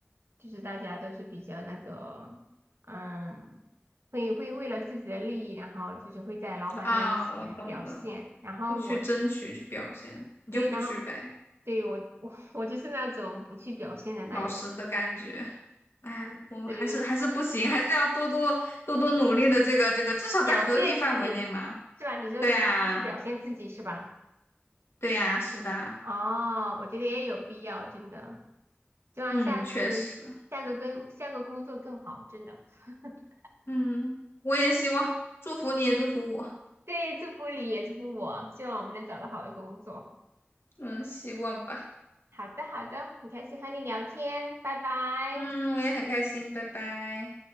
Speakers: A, on the right; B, on the left.
A: 就是大家都是比较那个，嗯，会会为了自己的利益，然后就是会在老板面前表现，
B: 啊！我懂的，
A: 然后我是
B: 我去争取去表现，你就不去呗，
A: 对，然后对我我 <laughs> 我就是那种不去表现的那一种，
B: 老实的感觉。哎呀，我还是还是不行，
A: 对，
B: 还是要多多多多努力的。这个这个，至少在合理范围内嘛。
A: 表现自己是吧？你说是就是表现自己是吧？
B: 对呀，对呀，是的，
A: 哦，我觉得也有必要，真的，希望下次下个跟下个工作更好，
B: 嗯，确实，
A: 真的。<laughs>
B: 嗯，我也希望，祝福你也祝福我，
A: 对，祝福你也祝福我，希望我们能找到好的工作。
B: 嗯，希望吧，
A: 好的，好的，很开心和你聊天，拜拜。
B: 嗯，我也很开心，拜拜。